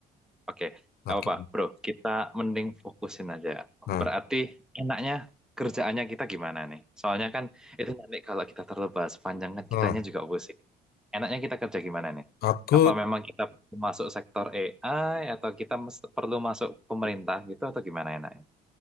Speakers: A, in the centre; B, on the left.
A: Oke, nggak
B: Oke.
A: apa-apa, bro. Kita mending fokusin aja.
B: Nah,
A: Berarti enaknya kerjaannya kita gimana nih? Soalnya kan itu nanti kalau kita terlalu bahas panjang kan
B: Nah,
A: kitanya juga pusing. Enaknya kita kerja gimana nih?
B: aku
A: Apa memang kita masuk sektor AI atau kita mes- perlu masuk pemerintah gitu atau gimana enaknya?